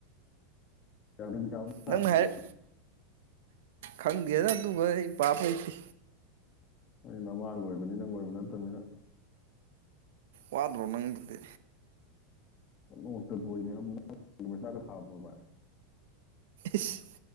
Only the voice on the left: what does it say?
<unintelligible>
ꯅꯪ
ꯝꫭꯏꯁꯨ ꯅꯃꯥ ꯂꫭꯏꯔꯕꯅꯤꯅ <unintelligible> ꯅꯠꯇꯕꯅꯤꯅ꯫
<unintelligible>